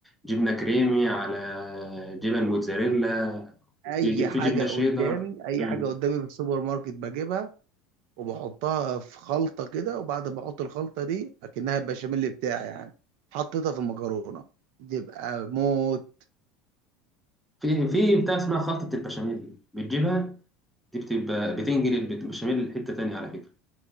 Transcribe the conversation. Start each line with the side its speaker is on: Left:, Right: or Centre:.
Centre: جبنة كريمي على جبن موتزاريلا وفي
Right: اي
Centre: ج...
Right: حاجه
Centre: في جبنة شيدر
Right: قدامي اي
Centre: مم.
Right: حاجه قدامي في السوبر ماركت بجيبها وبحطها في خلطه كده وبعد ما احط الخلطه دي اكنها البشاميل بتاعي يعني حطيتها في المكرونه تبقى موت
Centre: في في بتاع اسمها خلطة البشاميل بتجيبها دي بتبقى بتنجل البشاميل لحتة تانية على فكرة